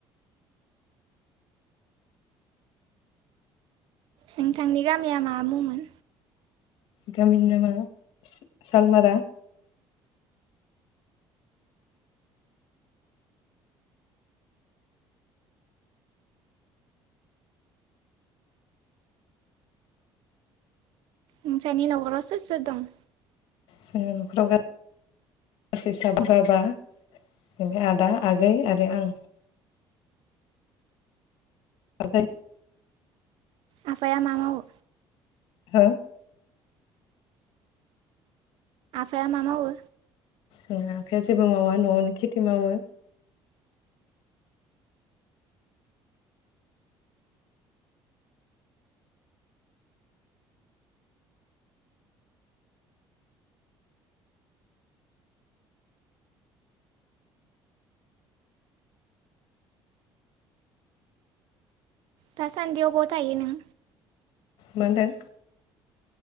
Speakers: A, on the right; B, on the left.
A: नोंथांनि गामिया मा मुंमोन?
B: गामिनि नामा सालमारा
A: नोंसानि नगराव सोर सोर दं
B: जोङो न'खराव गासै साबा बाबा ओमफाय आदा आगै आरो आं। बाजै
A: आफाया मा मावो
B: हो
A: मा मावो
B: जोंना आफाया जेबो मावा न'आवनो खेथि मावो।
A: दासान्दियाव ब' थायो नों
B: मोनदों